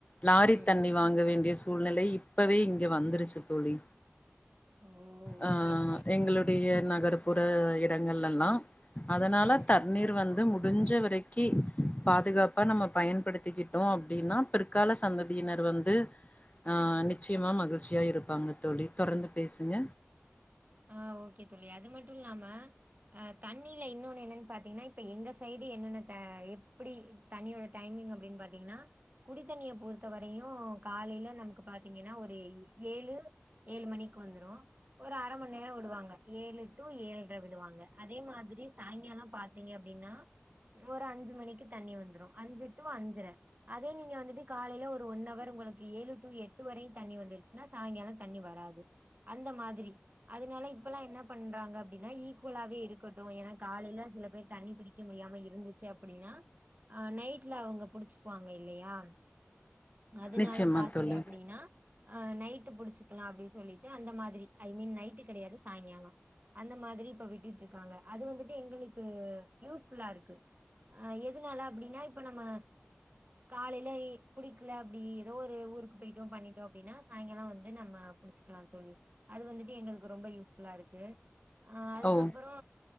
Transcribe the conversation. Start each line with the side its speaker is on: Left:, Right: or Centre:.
Left: லாரித்
Right: ம்
Left: தண்ணி வாங்க வேண்டிய சூ சூழ்நிலை இப்பவே இங்க வந்துருச்சு தோழி
Right: ஓ
Left: ஆ
Right: ஓகே தோழி ஓகே
Left: எங்களுடைய
Right: தோழி
Left: நகர்ப்புற எட் டெங்கள்லெல்லா அதனால
Right: ம்
Left: தண்ணீர் வந்து முட் முடிஞ்ச வரைக்கி பாதுகாப்பா நம்ம பயன்படுத்திக்கிட்டோ அப்பிடின்னா பிற்கால சந்ததியினர் வந்து ஆ நிச்சயமா மகிழ்ச்சியா இருப்பாங்க தோழி தொடர்ந்து பேசுங்க
Right: ஆ ஓகே தோழி அது மட் டூ இல்லாம அ தண்ணில இன்னொன்னு என்னன்னு பாத்தீங்கன்னா இப்ப எங்க சைடு என்னென்ன தே எப்டி தண்ணியோட டைமிங் அப்டின் பாத்தீங்கன்னா குடித்தண்ணிய பொறுத்த வரையூ காலைல நமக்கு பாத்தீங்கன்னா ஒரு ஏழு- ஏழு மணிக்கு வந்துரூ ஒரு அர மண் நேரோ விடுவாங்க ஏழு டு ஏழ்ர விடுவாங்க அதே மாதிரி சாய்ங்கால பாத்தீங்க அப்டின்னா ஒரு அஞ்சு மணிக்கு தண்ணி வந்துரூ அஞ்சு ட்டூ அஞ்சர அதே நீங்க வந்துட்டு காலைல ஒர் டூ ஒன்னவர் உங்ளுக்கு ஏழு டூ எட்டு வரயூ தண்ணி வந்துருச்சின்னா சாய்ங்காலோ தண்ணி வராது அந்த மாதிரி அதனால இப்பல்லா என்ன பண்றாங்க அப்பிடின்னா ஈக்குவலாவே இருக் கட்டூ ஏன்னா காலைல சில பேர் தண்ணி பிடிக்க முடியாம இருந்திச்சு அப் அப்டின்னா அ நைட்ல அவங்க புடிச்சுக்குவாங்க இல்லையா அதனால
Left: நிச்சயமா
Right: பாத்தீங்க
Left: தோழி
Right: அப்டின்னா அ நைட்டு புடிச்சக்கலா அப்டீ சொல்லிட்டு அந்த மாதிரி ஐ மீன் நை ட்டு கெடயாது சாய்ங்காலோ அந்த மாதிரி இப்ப விட்டிட் இருக்காங்க அது வந்திட்டு எங்குளுக்கு யூஸ்ஃபுல்லா இருக்கு ஆ எதுனால அப்பிடீன்னா இப்ப நம்ம காலைல புடிக்கல அப்டி ஏதோ ஒரு ஊருக்கு போயிட்டோ பண்ணிட்டோ அப்டின்னா சாய்ங்காலோ வந்து நம்ம புடிச்சிக்கலா தோழி அது வந்திட்டு எங்ளுக் ரொம்ப யூஸ்ஃபுல்லா இருக்கு அதுக்கப்றோ
Left: ஓ